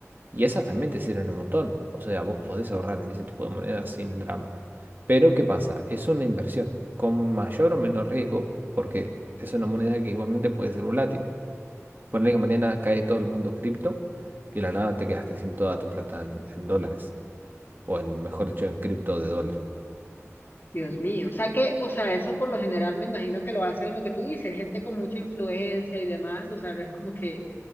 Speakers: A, on the right; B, on the left.
A: y esas también te sirven un montón. O sea, vos podés ahorrar en ese tipo de monedas sin drama. Pero ¿qué pasa? Es una inversión con mayor o menor riesgo, porque es una moneda que igualmente puede ser volátil. Ponle que mañana cae todo el mundo cripto y de la nada te quedaste sin toda tu plata en, en dólares, o en, mejor dicho, en cripto de dólar.
B: Dios mío, o sea que, o sea, eso por lo general me imagino que lo hacen lo que tú dices, gente con mucha influencia y demás, o sea, no es como que